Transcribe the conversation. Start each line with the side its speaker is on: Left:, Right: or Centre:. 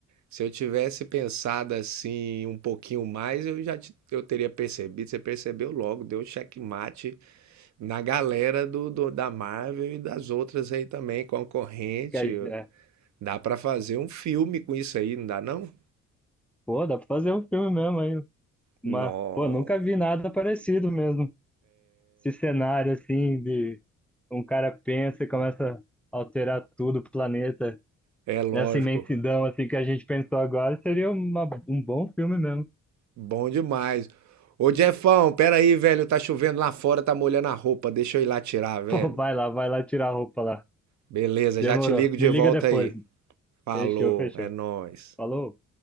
Right: se eu tivesse pensado assim um pouquinho mais, eu já te- eu teria percebido, você percebeu logo, deu checkmate na galera do, do- da Marvel e das outras aí também, concorrente,
Centre: Que a- é,
Right: Dá pra fazer um filme com isso aí, não dá não?
Centre: pô, dá pra fazer um filme mesmo aí. Mas,
Right: Não,
Centre: pô, nunca vi nada parecido mesmo. Esse cenário assim de um cara pensa e começa a alterar tudo o planeta.
Right: é lógico.
Centre: Nessa imensidão assim que a gente pensou agora, seria uma, um bom filme mesmo.
Right: Bom demais. Ô Jeffão, pera aí, velho, tá chovendo lá fora, tá molhando a roupa, deixa eu ir lá tirar, velho.
Centre: Pô, vai lá, vai lá tirar a roupa lá.
Right: Beleza,
Centre: Demorou.
Right: já te ligo de
Centre: Me liga
Right: volta
Centre: depois.
Right: aí. Falou,
Centre: Fechou, fechou.
Right: é nóis.
Centre: Falou.